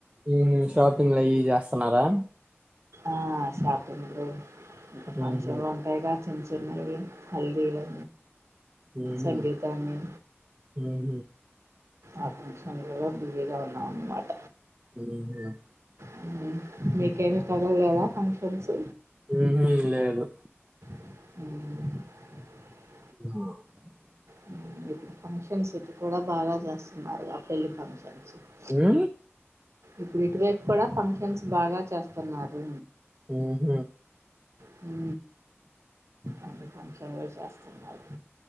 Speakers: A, on the right (about 25°); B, on the right (about 80°).
A: ఉహు షాపింగ్ అయి యి చేస్తున్నారా
B: ఆ షాపింగ్లు ఇంకా ఫంక్షన్లు
A: మ్మ్
B: ఉంటాయిగా చిన్న చిన్నవి హల్దీలు
A: మ్మ్
B: సంగీతాన్ని
A: మ్మ్
B: ఆ ఫంక్ష లాలో బిజీగా ఉన్నాం అన్నమాట
A: మ్మ్
B: హు మీకేమి తగలేదా ఫంక్షన్స్
A: ఉహు లేదు
B: ఉహు
A: <unintelligible>
B: హు ఇప్పుడు ఫంక్షన్స్ ఇటు కూడా బాగా చేస్తున్నారుగా పెళ్లి ఫంక్షన్ కా చెప్పు
A: మ్మ్
B: ఇప్పుడు ఇటువైపు కూడా ఫంక్షన్స్ బాగా చేస్తున్నారు
A: ఉహు
B: హు అన్ని ఫంక్షన్లో చేస్తున్నారు